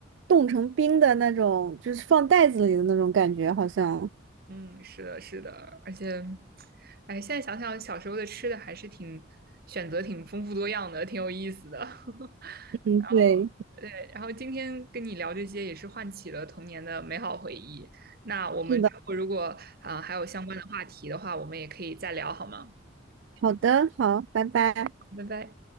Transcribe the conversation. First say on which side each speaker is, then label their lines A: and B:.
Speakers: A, on the right; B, on the right.
A: 冻成冰的那种，就是放袋子里的那种感觉，好像。
B: 嗯，是的，是的，而且，哎，现在想想小时候的吃的还是挺选择挺丰富多样的，挺有意思的。<laughs>
A: 嗯，
B: 然后，
A: 对，
B: 对，然后今天跟你聊这些也是唤起了童年的美好回忆。那我们之后如果啊，
A: 是的。
B: 还有相关的话题的话，我们也可以再聊，好吗？
A: 好的，好，拜拜。
B: 拜拜。